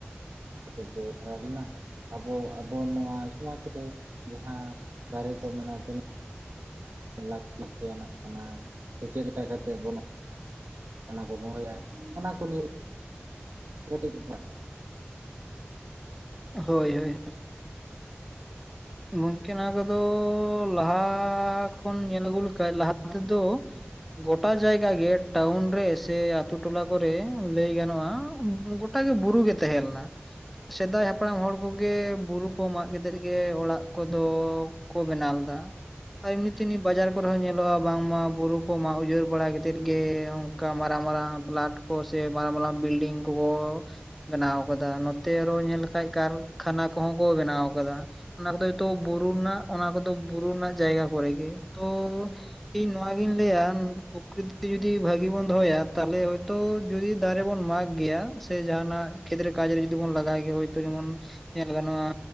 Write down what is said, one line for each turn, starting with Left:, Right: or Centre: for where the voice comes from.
Right: <unintelligible> ᱟᱵᱚ ᱟᱵᱚ ᱱᱚᱣᱟ ᱥᱚᱢᱟᱪ ᱨᱮ ᱡᱟᱦᱟᱸ ᱫᱟᱨᱮ ᱠᱚ ᱢᱮᱱᱟᱜᱼᱟ, ᱛᱤᱱᱟᱹᱜ ᱞᱟᱹᱠᱛᱤ ᱛᱮᱱᱟᱜ ᱠᱟᱱᱟ ᱥᱮ ᱪᱮᱜ ᱞᱮᱠᱟ ᱠᱟᱛᱮ ᱵᱚᱱ ᱚᱱᱟ ᱠᱚᱵᱚ ᱫᱚᱦᱚᱭᱟ ᱚᱱᱟ ᱠᱚ ᱱᱤᱭᱮ <unintelligible> ᱠᱟᱹᱴᱤᱡ
Centre: ᱦᱳᱭ ᱦᱳᱭ᱾ ᱜᱚᱝᱠᱮ ᱱᱚᱣᱟ ᱠᱚᱫᱚ ᱞᱟᱦᱟ ᱠᱷᱚᱱ ᱧᱮᱞ ᱟᱹᱜᱩ ᱞᱮᱠᱷᱟ ᱠᱷᱟᱡ ᱞᱟᱦᱟ ᱛᱮᱫᱚ ᱜᱚᱴᱟ ᱡᱟᱭᱜᱟ ᱜᱮ ᱴᱟᱣᱩᱱ ᱨᱮ ᱥᱮ ᱟᱛᱩ ᱴᱚᱞᱟ ᱠᱚᱨᱮ ᱞᱟᱹᱭ ᱜᱟᱱᱚᱜᱼᱟ, ᱜᱩ ᱴᱟ ᱜᱮ ᱵᱩᱨᱩ ᱜᱮ ᱛᱟᱸᱦᱮ ᱞᱮᱱᱟ, ᱥᱮᱫᱟᱭ ᱦᱟᱯᱲᱟᱢ ᱦᱚᱲ ᱠᱚᱜᱮ ᱵᱩᱨᱩ ᱠᱚ ᱢᱟᱜ ᱠᱮᱛᱮᱫ ᱜᱮ ᱚᱲᱟᱜ ᱠᱚᱫᱚ ᱠᱚ ᱵᱮᱱᱟᱣ ᱞᱮᱫᱟ᱾ ᱮᱢᱱᱤ ᱛᱮᱱᱤ ᱵᱟᱡᱟᱨ ᱠᱚᱨᱮ ᱦᱚᱸ ᱧᱮᱞᱚᱜᱼᱟ ᱵᱟᱝᱢᱟ ᱵᱩᱨᱩ ᱠᱚ ᱢᱟ ᱩᱡᱟᱹᱲ ᱵᱟᱲᱟ ᱠᱮᱛᱮᱫ ᱜᱮ ᱠᱟ ᱢᱟᱨᱟᱝ ᱢᱟᱨᱟᱝ ᱯᱷᱟᱞᱟᱴ ᱠᱚ ᱥᱮ ᱢᱟᱨᱟᱝ ᱢᱟᱨᱟᱝ ᱵᱤᱞᱰᱤᱝ ᱠᱚ ᱠᱚ ᱵᱮᱱᱟᱣ ᱠᱟᱫᱟ, ᱱᱚᱛᱮ ᱟᱨᱚ ᱧᱮᱞ ᱞᱮᱠᱷᱟᱡ ᱠᱟᱨᱼᱠᱷᱟᱱᱟ ᱠᱚ ᱦᱚᱸ ᱠᱚ ᱵᱮᱱᱟᱣ ᱠᱟᱫᱟ ᱚᱱᱟ ᱠᱚᱫᱚ ᱛᱚ ᱵᱩᱨᱩ ᱨᱮᱱᱟᱸᱜ ᱚᱱᱟ ᱠᱚᱫᱚ ᱵᱩᱨᱩ ᱨᱮᱱᱟᱸᱜ ᱡᱟᱭᱜᱟ ᱠᱚᱨᱮ ᱜᱮ, ᱛᱚ ᱤᱧ ᱱᱚᱣᱟ ᱜᱤᱧ ᱞᱟᱹᱭᱟ ᱯᱨᱚᱠᱨᱤᱛᱤ ᱡᱩᱫᱤ ᱵᱷᱟᱹᱜᱤ ᱵᱚᱱ ᱫᱚᱦᱚᱭᱟ ᱛᱟᱦᱚᱞᱮ ᱦᱚᱭᱛᱚ ᱡᱩᱫᱤ ᱫᱟᱨᱮ ᱵᱚᱱ ᱢᱟᱜ ᱜᱮᱭᱟ ᱥᱮ ᱡᱟᱦᱟᱸᱱᱟᱜ ᱠᱷᱮᱛᱨᱮ ᱠᱟᱡ ᱨᱮ ᱡᱩᱫᱤ ᱵᱚᱱ ᱞᱟᱜᱟᱭ ᱜᱮᱭᱟ ᱦᱚᱭᱛᱳ ᱡᱮᱢᱚᱱ ᱧᱮᱞ ᱜᱟᱱᱚᱜᱼᱟ